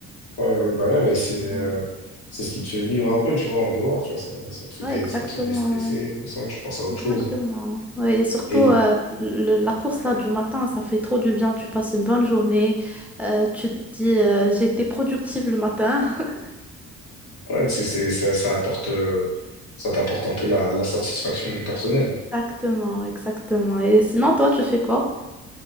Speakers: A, on the left; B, in the centre.
A: ouais, ouais, bah ouais, mais c'est, euh,
B: Ouais,
A: c'est ce qui te fait vivre un peu, tu vois, en dehors, tu vois, ça, ça te fait
B: Ouais,
A: des,
B: exactement,
A: ça te fait déstresser,
B: ouais.
A: comme ça, tu penses à autre
B: Exactement.
A: chose.
B: Ouais, et surtout,
A: Et,
B: euh, le- la course là du matin, ça fait trop du bien. Tu passes une bonne journée. Euh, tu te dis, euh, j'ai été productive le matin. <laughs>
A: Ouais, c'est, c'est, ça, ça apporte, euh, ça t'apporte un peu la, la satisfaction personnelle.
B: Exactement, exactement. Et sinon, toi, tu fais quoi?